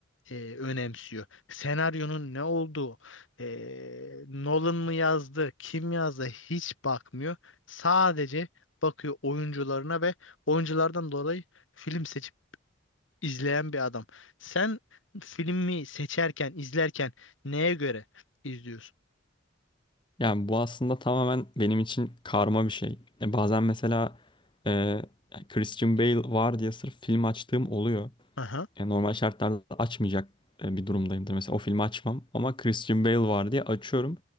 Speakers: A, on the left; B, on the left.
A: e, önemsiyor. Senaryonun ne olduğu, e, Nolan mı yazdı, kim yazdı hiç bakmıyor. Sadece bakıyor oyuncularına ve oyunculardan dolayı film seçimi izleyen bir adam. Sen filmi seçerken, izlerken neye göre izliyorsun?
B: Yani bu aslında tamamen benim için karma bir şey. E, bazen mesela e, Christian Bale var diye sırf film açtığım oluyor.
A: Aha.
B: Yani normal şartlarda açmayacak e, bir durumdayımdır. Mesela o filmi açmam ama Christian Bale var diye açıyorum.